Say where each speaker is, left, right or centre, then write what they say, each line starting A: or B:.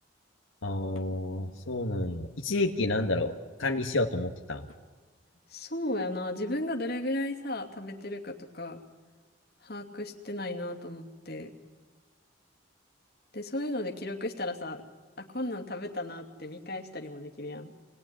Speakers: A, on the left (about 85°); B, on the left (about 50°).
A: ああ、そうなんや。一時期なんだろう。管理しようと思ってたん。
B: そうやな。自分がどれぐらいさ、食べてるかとか、把握してないなと思って。で、そういうので記録したらさ、あ、こんなん食べたなって見返したりもできるやん。